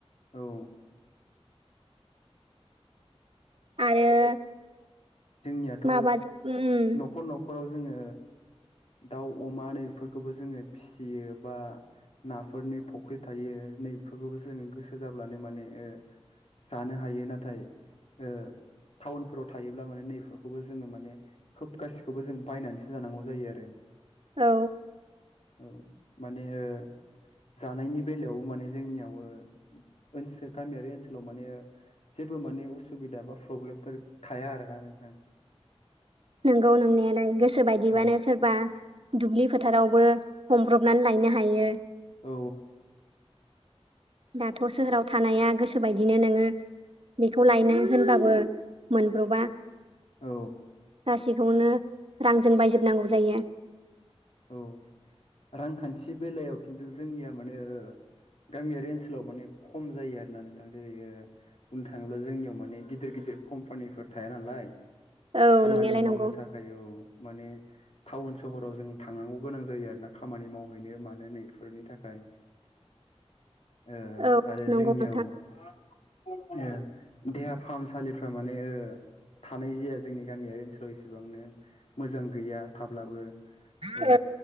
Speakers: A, on the left; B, on the right.
A: औ
B: आरो
A: जोंनियाथ'
B: माबा उम
A: न'खर न'खराव जोङो दाउ, अमा नैफोरखौबो जोङो फिसियो बा नाफोरनि फुख्रि थायो नै बेफोरखौबो जोङो गोसो जाब्लानो माने ओ जानो हायो नाथाय ओ टाउनफोराव थायो अब्ला माने नैफोरखौबो जोङो माने खोब गासिखौबो जों बायनानैसो जानांगौ जायो आरो
B: औ
A: औ माने ओ जानायनि बेलायावबो माने जोंनियाव ओ ओनसो गामियारि ओनसोलाव माने जेबो माने उसुबिदा बा प्रब्लेमफोर थाया आरोना नोंथां
B: नंगौ नोंनायालाय गोसो बायदिबानो
A: औ
B: सोरबा दुब्लि फोथारावबो हमब्रबनानै लायनो हायो
A: औ
B: दाथ' सोहोराव थानाया गोसो बायदिनो नोङो बेखौ लायनो होनबाबो मोनब्र'बा
A: ओ
B: गासै खौनो रांजों बायजोबनांगौ जायो।
A: औ रांखान्थि बेलायाव खिन्थु जोंनिया माने ओ गामियारि ओनसोलाव माने खम जायो आरोना नोंथां जेरै ओ बुंनो थाङोब्ला जोंनियाव माने गिदिर गि दिर कम्पानिफोर थाया नालाय
B: औ
A: खामानि
B: नंनायालाय
A: मावनो
B: नंगौ
A: थाखाय औ माने टाउन सहराव जों थांनांगौ गोनां जायो आरो ना। खामानि मावहैनो मानो नैफोरनि थाखाय। ओ
B: औ
A: आरो
B: नंगौ
A: जोंनियाव
B: नोंथां
A: ओ देहा फाहामसालिफ्रा माने ओ थानाय जाया जोंनि गामियारि ओनसोलाव इसेबांनो मोजां गैया थाब्लाबो ओ
B: औ